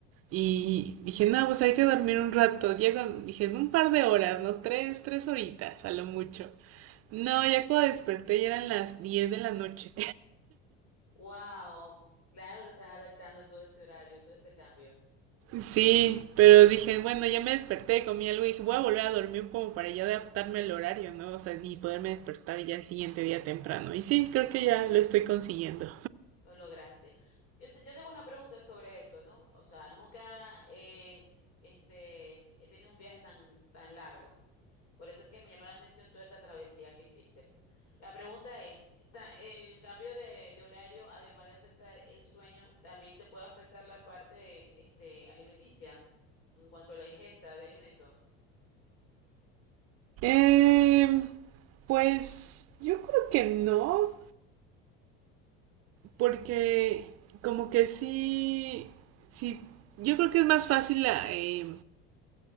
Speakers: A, on the right; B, on the left.
A: Y dije, no, pues hay que dormir un rato. Ya cuando- dije, en un par de horas, ¿no? Tres, tres horitas, a lo mucho. No, ya cuando desperté ya eran las diez de la noche.
B: Wow, claro, te estás adaptando a todo ese horario, todo ese cambio.
A: Sí, pero dije, bueno, ya me desperté, comí algo y dije, voy a volver a dormir como para ya adaptarme al horario, ¿no? O sea, y poderme despertar ya el siguiente día temprano. Y sí, creo que ya lo estoy consiguiendo.
B: Lo lograste. Yo, te- yo tengo una pregunta sobre eso, ¿no? O sea, nunca eh, este, he tenido un viaje tan, tan largo. Por eso es que me llamó la atención toda esa travesía que hiciste. La pregunta es, ta- ¿el cambio de, de horario, además de afectar el sueño, también te puede afectar la parte este, alimenticia en cuanto a la ingesta de alimentos?
A: Eh, pues yo creo que no, porque como que sí, sí, yo creo que es más fácil ah, eh,